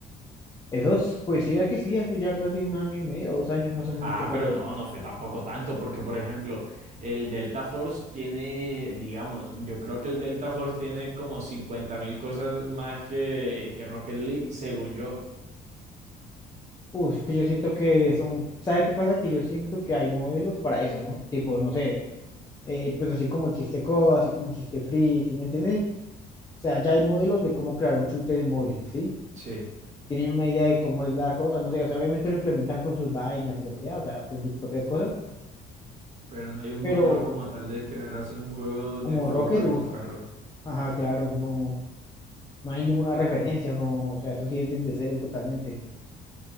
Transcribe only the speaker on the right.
Ah,
pero no, no fue tampoco tanto, porque por ejemplo, el Delta Force tiene, digamos, yo creo que el Delta Force tiene como cincuenta mil cosas más que, que Rocket League, según yo.
Sí,
pero no hay un
modelo como tal de crear así un juego de
fútbol
con carros.